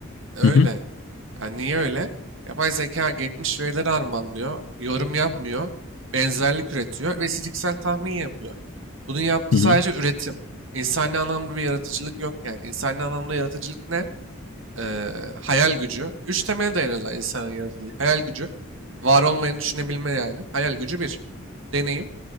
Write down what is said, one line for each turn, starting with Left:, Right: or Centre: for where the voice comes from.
Right: öyle.
Left: Hı hı,
Right: Yani niye öyle? Yapay zeka geçmiş verileri harmanlıyor, yorum yapmıyor, benzerlik üretiyor ve istatistiksel tahmin yapıyor. Bunun yaptığı
Left: hı
Right: sadece
Left: hı,
Right: üretim. İnsani anlamda bir yaratıcılık yok yani. İnsani anlamda yaratıcılık ne? Ee, hayal gücü. Üç temele dayanıyor zaten insanın yaratıcılık. Hayal gücü. Var olmayanı düşünebilme yani. Hayal gücü bir. Deneyim